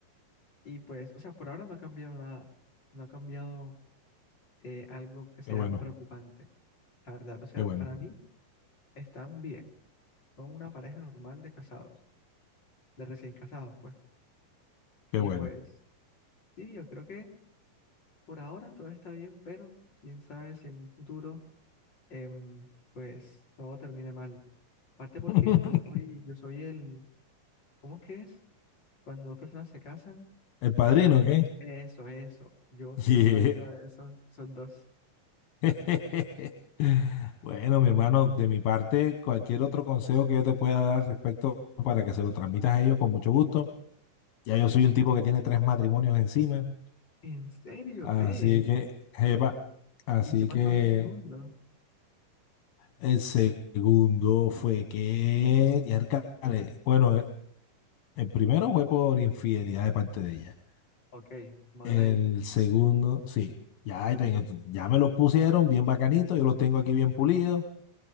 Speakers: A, on the left; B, on the left.
A: Y pues, o sea, por ahora no ha cambiado nada, no ha cambiado eh, algo que sea
B: Qué bueno,
A: preocupante, la verdad. O sea,
B: qué bueno,
A: para mí están bien, son una pareja normal de casados, de recién casados, pues.
B: qué
A: Y
B: bueno.
A: pues, sí, yo creo que por ahora todo está bien, pero quién sabe si en un futuro, em, pues, todo termine mal. Aparte
B: <laughs>
A: porque yo soy, yo soy el, ¿cómo es que es? Cuando dos personas se casan.
B: El padrino,
A: Por
B: ¿qué?
A: eso, eso. Yo soy
B: Yeah.
A: el padrino de esos, son dos.
B: <laughs> Bueno, mi hermano, de mi parte, cualquier otro consejo que yo te pueda dar respecto para que se lo transmitas a ellos con mucho gusto. Ya yo soy un tipo que tiene tres matrimonios encima,
A: ¿En serio?
B: así
A: ¿Tres?
B: que, jepa, así
A: ¿Y qué pasó
B: que
A: en el segundo?
B: El segundo fue que, ya bueno, eh, el primero fue por infidelidad de parte de ella.
A: Ok, mal
B: El
A: ahí.
B: segundo, sí, ya, te- ya me lo pusieron bien bacanito, yo lo tengo aquí bien pulido,